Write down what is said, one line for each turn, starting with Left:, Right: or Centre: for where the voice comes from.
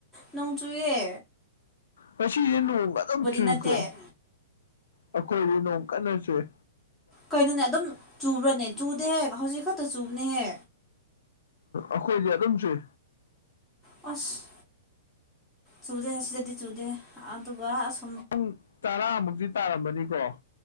Centre: ꯅꯣꯡ ꯆꯨꯏꯌꯦ
Left: ꯃꯁꯤꯁꯦ ꯅꯣꯡꯒ ꯑꯗꯨꯝ ꯆꯨꯏꯀꯣ
Centre: ꯅꯠꯇꯦ
Left: ꯑꯩꯈꯣꯏꯗꯤ ꯅꯣꯡ ꯀꯟꯅ ꯆꯨꯢ
Centre: ꯀꯩꯅꯣꯅꯦ ꯑꯗꯨꯝ ꯆꯨꯕ꯭ꯔꯅꯦ ꯆꯨꯗꯦꯍꯦ ꯍꯧꯖꯤꯛ ꯈꯛꯇ ꯆꯨꯕꯅꯦꯍꯦ
Left: ꯑꯩꯈꯣꯏꯗꯤ ꯑꯗꯨꯝ ꯆꯨꯏ
Centre: ꯑꯁ ꯆꯨꯗꯦ ꯑꯁꯤꯗꯗꯤ ꯆꯨꯗꯦ ꯑꯗꯨꯒ ꯑꯁ
Left: ꯄꯨꯡ ꯇꯔꯥꯃꯨꯛꯇꯤ ꯇꯥꯔꯝꯕꯅꯤꯀꯣ